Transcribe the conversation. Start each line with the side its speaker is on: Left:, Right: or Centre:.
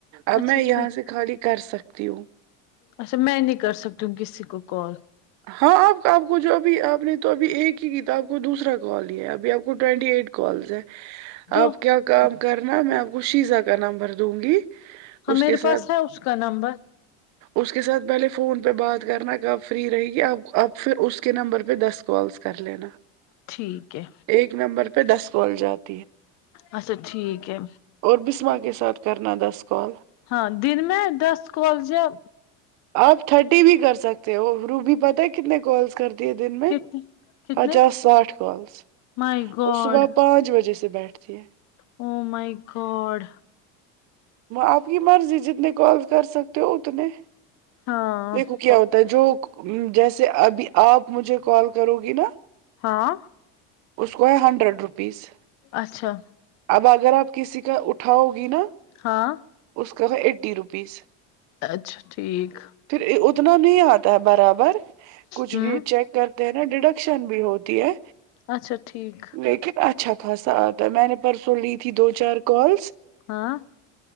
Right: اب
Left: اچھا
Right: میں یہاں
Left: ٹھیک
Right: سے خالی کر سکتی ہوں
Left: اچھا میں نہیں کر سکتی ہوں کسی کو کال
Right: ہاں آپ آپ کو جو ابھی آپ نے تو ابھی ایک ہی کی تھا آپ کو دوسرا کال ہی ہے ابھی آپ کو ٹوینٹی ایٹ کالز ہیں
Left: تو
Right: آپ کیا کام
Left: ہاں
Right: کرنا میں آپ کو شیزا کا نمبر دوں گی
Left: ہم
Right: اس
Left: میرے
Right: کے ساتھ
Left: پاس ہے اس کا نمبر
Right: اس کے ساتھ پہلے فون پہ بات کرنا کب فری رہی اب پھر اس کے نمبر پہ دس کالس کر لینا
Left: ٹھیک ہے
Right: ایک نمبر پہ دس کال جاتے
Left: اچھا ٹھیک ہے
Right: اور بسمہ کے ساتھ کرنا دس کال
Left: ہاں دن میں دس کالز س ہیں
Right: آپ تھرٹی بھی کر سکتے ہو روبی پتہ ہے کتنے کالس کرتے دن میں
Left: کتنے کتنے
Right: پچاس ساٹھ کالز
Left: مائی گاڈ
Right: وہ صبح پانچ بجے سے بیٹھتی ہے
Left: او مئی گاڈ
Right: آپ کی مرضی جتنے کال کر سکتے ہو اتنے
Left: ہاں
Right: دیکھو کیا ہوتا ہے جو جیسے ابھی آپ مجھے کال کرو گی نا
Left: ہاں
Right: اس کو ہے ہنڈریڈ روپیز
Left: اچھا
Right: اب اگر آپ کسی کا اٹھاؤ گی نا
Left: ہاں
Right: اس کا ہے ایٹی روپیز
Left: اچھا ٹھیک
Right: پھر اتنا نہیں آتا ہے برابر کچھ
Left: ہوں
Right: بھی چیک کرتے ہیں نا ڈیڈکشن بھی ہوتی ہے
Left: اچھا ٹھیک
Right: لیکن اچھا خاصا آتا میں نے پرسوں لی تھی دو چار کالز
Left: ہاں